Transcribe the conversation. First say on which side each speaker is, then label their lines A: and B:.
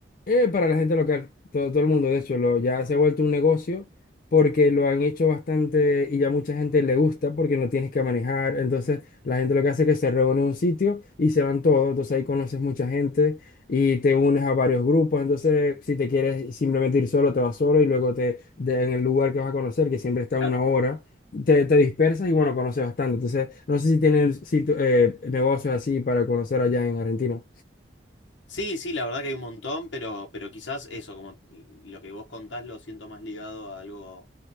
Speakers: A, on the left (about 45°); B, on the left (about 75°).
A: Eh, para la gente local, todo, todo el mundo, de hecho, lo, ya se ha vuelto un negocio porque lo han hecho bastante y ya mucha gente le gusta porque no tienes que manejar. Entonces, la gente lo que hace es que se reúne en un sitio y se van todos. Entonces, ahí conoces mucha gente y te unes a varios grupos. Entonces, si te quieres simplemente ir solo, te vas solo y luego te, de- en el lugar que vas a conocer, que siempre está
B: claro
A: una hora, te, te dispersas y bueno, conoces bastante. Entonces, no sé si tienen sitio- eh, negocios así para conocer allá en Argentina.
B: Sí, sí, la verdad que hay un montón, pero, pero quizás eso, como lo que vos contás, lo siento más ligado a algo